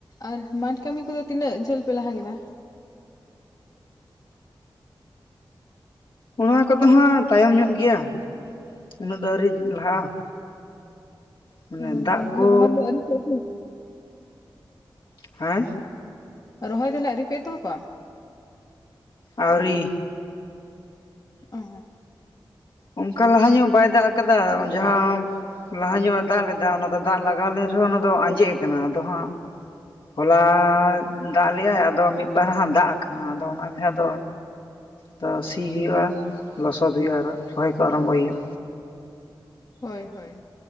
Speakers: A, on the left (about 45°); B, on the left (about 75°).
A: ᱟᱨ ᱢᱟᱴᱷ ᱠᱟᱹᱢᱤ ᱠᱚᱫᱚ ᱛᱤᱱᱟᱹᱜ ᱡᱷᱟᱹᱞ ᱯᱮ ᱞᱟᱦᱟ ᱠᱮᱫᱟ
B: ᱚᱱᱟ ᱠᱚᱫᱚ ᱦᱟᱸᱜ ᱛᱟᱭᱚᱢ ᱧᱚᱜ ᱜᱮᱭᱟ ᱩᱱᱟᱹᱜ ᱫᱚ ᱟᱹᱣᱨᱤ ᱞᱟᱦᱟᱜᱼᱟ ᱢᱟᱱᱮ
A: ᱨᱚᱦᱚᱭᱟ
B: ᱫᱟᱜ ᱠᱚ
A: ᱫᱚ ᱚᱶᱭᱨᱤ ᱯᱮ ᱮᱛᱚᱦᱚᱵ ᱟ
B: ᱦᱮᱸ
A: ᱨᱚᱦᱚᱭ ᱛᱟᱦᱞᱮ ᱟᱹᱣᱨᱤ ᱯᱮ ᱮᱛᱚᱦᱚᱵᱟ
B: ᱟᱹᱣᱨᱤ
A: ᱚ
B: ᱚᱱᱠᱟ ᱞᱟᱦᱟ ᱧᱚᱜ ᱵᱟᱭ ᱫᱟᱜ ᱟᱠᱟᱫᱟ ᱡᱟᱸᱦᱟᱸ ᱞᱟᱦᱟ ᱧᱚᱜ ᱮ ᱫᱟᱜ ᱞᱮᱫᱟ, ᱚᱱᱟ ᱫᱟᱜ ᱞᱟᱜᱟᱣ ᱞᱮᱱ ᱨᱮᱦᱚᱸ ᱚᱱᱟ ᱫᱚ ᱟᱸᱡᱮᱫ ᱟᱠᱟᱱᱟ, ᱟᱫᱚ ᱦᱟᱸᱜ᱾ ᱦᱚᱞᱟ ᱫᱟᱜ ᱞᱮᱭᱟᱭ ᱟᱫᱚ ᱢᱤᱫ ᱵᱟᱨ ᱦᱟᱸ ᱫᱟᱜ ᱟᱠᱟᱱᱟ ᱟᱫᱚ ᱚᱱᱟ ᱜᱮ ᱦᱟᱸ ᱟᱫᱚ ᱛᱚ ᱥᱤ ᱦᱩᱭᱩᱜᱼᱟ, ᱞᱚᱥᱚᱫ ᱦᱩᱭᱩᱜᱼᱟ ᱟᱨᱚ ᱨᱚᱦᱚᱭ ᱠᱚ ᱟᱨᱚᱢᱵᱚᱭ ᱦᱩᱭᱩᱜᱼᱟ᱾
A: ᱦᱳᱭ ᱦᱳᱭ